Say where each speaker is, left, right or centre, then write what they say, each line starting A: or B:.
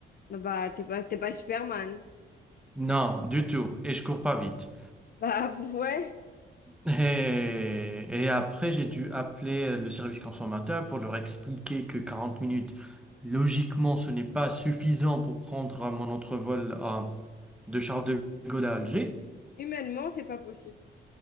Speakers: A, on the left (about 50°); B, in the centre.
A: Non, Bah, t'es pas, t'es pas Superman.
B: Non, du tout. Et je cours pas vite.
A: Bah, <laughs> ouais,
B: Et, et après, j'ai dû appeler le service consommateur pour leur expliquer que 40 minutes, logiquement, ce n'est pas suffisant pour prendre euh, mon entrevol euh, de Charles de Gaulle à Alger.
A: humainement, c'est pas possible.